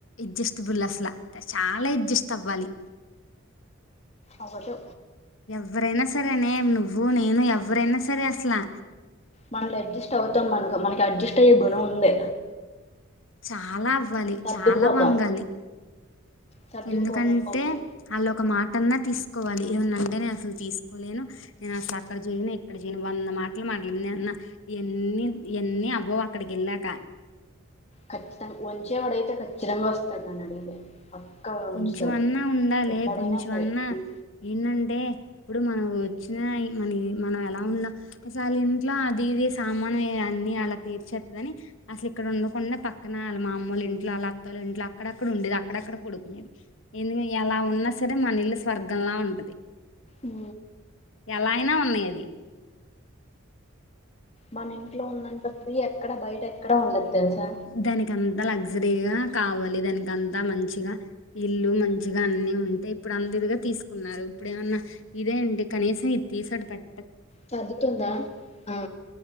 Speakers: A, on the left (about 65°); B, on the left (about 30°).
A: ఎడ్జస్ట్బుల్ అసలా చాలా ఎడ్జస్ట్ అవ్వాలి
B: అవుదు
A: ఎవరైనా సరే అనే నువ్వు నేను ఎవ్వరైనా సరే అసలా
B: మళ్ళా అడ్జస్ట్ అవుతాం మనకు మనకి అడ్జస్ట్ అయ్యే గుణం ఉంది.
A: చాలా అవ్వాలి
B: సర్దుకుపోతాం
A: చాలా వంగలి
B: సర్దుకుపోతాం
A: ఎందుకంటే
B: ఓకే
A: వాళ్ళ ఒక మాటన్నా తీసుకోవాలి ఏమన్నాంటే నేన్ అసలు తీసుకోలేను నేను అసలు అక్కడ చేయను ఎక్కడ చేయను వంద మాటలు మాట్లడింది నేను అన్న ఎన్ని ఎన్ని అవ్వవు అక్కడికి వెళ్ళాక
B: ఖచ్చితంగా వంచేవాడయితే ఖచ్చితంగా వస్తాడు నాన్ని అడిగితే. పక్కాగా
A: కొంచెమన్నా
B: ఉంచుతాడు
A: ఉండాలే
B: ఎక్కడైనా
A: కొంచెమన్నా
B: సరే
A: ఏంనంటే ఇప్పుడు మనం వచ్చిన మన మనం ఎలా ఉన్నా అసలు ఇంట్లో అది ఇది సామానమే అది అలా పేరు చెత్తదని అసలు ఇక్కడ ఉండకుండా పక్కన మా అమ్మలు ఇంట్లో వాళ్ల అత్తల ఇంట్లో అక్కడక్కడ ఉ ది అక్కడక్కడ పడుకునేది ఎందుకు ఎలా ఉన్నా సరే మన ఇల్లు స్వర్గంలా ఉంటది.
B: ఉ
A: వాళ్ల ఆయన ఉన్నింది
B: మన ఇంట్లో ఉన్నంత ఫ్రీ ఎక్కడ బయట ఎక్కడ ఉండదు. తెలుసా
A: దానికి అంతా లాగ్ లగ్జరీగా కావాలి దానికి అంతా మంచిగా ఇల్లు మంచిగా అన్ని ఉంటాయి ఇప్పుడు అదిదిగా తీసుకున్నారు ఇప్పుడేమన్నా ఇదేంటి కనీసం ఇది తీసాడు పెట్ట
B: సర్దుతుందా ఆ